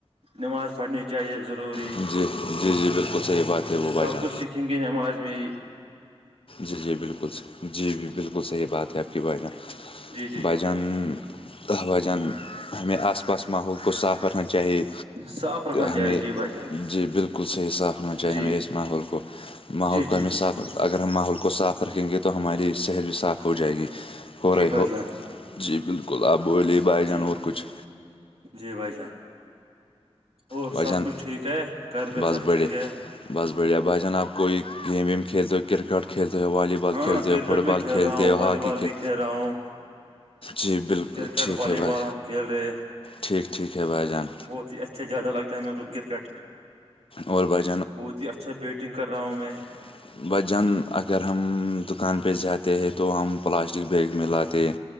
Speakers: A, on the right; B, on the left.
A: نماز پڑھنے چاہیے ضروری
B: جی جی جی بالکل صحیح بات ہے وہ بھائی
A: سب
B: جان
A: کچھ سکھیں گندماازمی
B: جی جی بالکل جی جی بالکل صحیح بات ہے آپ کی بھائی جان
A: جی جی
B: بھائی جان دہ بجن ہمیں آس پاس ماحول کو صاف رکھنا چاہیے
A: صاف رکھنا
B: ہمیں
A: چاہیے جی بھائی جان
B: جی بالکل صحیح صاف ن چاہے
A: جی
B: ہم اس ماحول کو ماحول
A: جی
B: کوم
A: جی جی
B: حساب اگر ہم ماحول کو صاف رکھیں گے تو ہماری صحت بھی صاف ہو جائے گی ہو
A: جی
B: رہے
A: بھائی
B: ہو
A: جان
B: جی بالکل آپ بوولے بھائی
A: جی
B: جان اور کچھ
A: جی بھائی جان اور
B: بھائی
A: سب
B: جان
A: کچھ ٹھیک ہے گھر پہ
B: بس
A: سب
B: بڑھیا
A: ٹھیک ہے
B: بس بڑھیا بھائی جان آپ کوئی گیم ویم کھیلتے ہو کرکٹ کھیلتے ہو والی بال
A: ہاں
B: کھیلتے
A: کرکٹ
B: ہو فٹ
A: میں
B: بال
A: کھیل
B: کھیلتے
A: رہا ہوں
B: ہو
A: والی
B: ہاکی
A: بال
B: کھیل
A: بھی رہا ہوں
B: جی بالکل
A: کرکٹ
B: ٹھیک
A: والی
B: ہے بھائی
A: بال ہم کھیل رہے
B: ٹھیک ٹھیک ہے بھائی جان
A: بہت ہی اچھا زیادہ لگتا ہے میرے کو کرکٹ
B: اور بھائی
A: بہت ہی اچھا بیٹنگ کر رہا ہوں میں
B: <inaudible> ب جان اگر ہم دکان پہ جاتے ہیں تو ہم پلاسٹک بیگ میں لاتے ہیں